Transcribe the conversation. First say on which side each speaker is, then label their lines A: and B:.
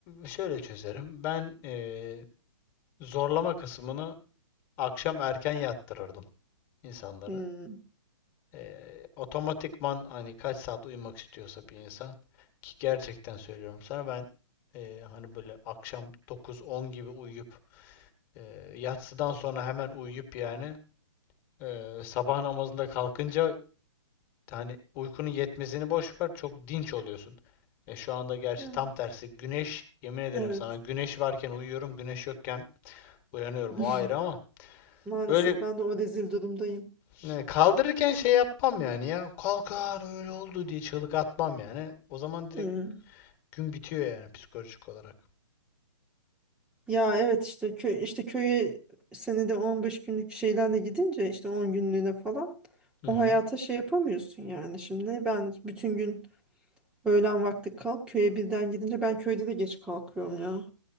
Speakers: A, on the left (about 25°); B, in the centre.
A: şöyle çözerim. Ben ee, zorlama kısmını akşam erken yattırırdım insanları.
B: Hmm.
A: Eee, otomatikman hani kaç saat uyumak istiyorsa bir insan ki gerçekten söylüyorum sana ben eee, hani böyle akşam dokuz on gibi uyuyup eee, yatsıdan sonra hemen uyuyup yani eee, sabah namazında kalkınca hani uykunun yetmesini boş ver çok dinç oluyorsun. E, şu anda gerçi
B: Evet,
A: tam tersi güneş yemin ederim
B: evet.
A: sana güneş varken uyuyorum güneş yokken uyanıyorum
B: <laughs>
A: o ayrı ama
B: Maalesef
A: öyle
B: ben de o rezil durumdayım.
A: Yani kaldırırken şey yapmam yani ya. Kalkar öyle oldu diye çığlık atmam yani. O zaman direkt
B: Hmm.
A: gün bitiyor yani psikolojik olarak.
B: Ya evet işte köy işte köye senede 15 günlük şeylerle gidince işte 10 günlüğüne falan
A: Hı hı.
B: o hayata şey yapamıyorsun yani. Şimdi ben bütün gün öğlen vakti kalk köye birden gidince ben köyde de geç kalkıyorum ya.